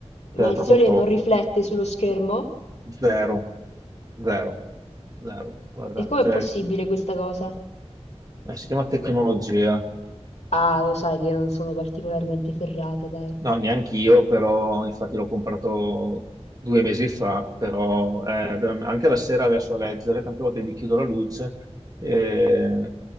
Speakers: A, on the left (about 75°); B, on the right (about 35°).
A: Ma
B: è
A: il
B: proprio
A: sole
B: top,
A: non riflette sullo schermo?
B: zero, zero, zero, guarda,
A: E com'è
B: cioè,
A: possibile questa cosa?
B: eh, si chiama tecnologia.
A: Ah, lo sai che io non sono particolarmente ferrata, dai.
B: No, neanche io, però infatti l'ho comprato due mesi fa, però eh, veram- anche la sera adesso a leggere, tante volte mi chiudo la luce eh,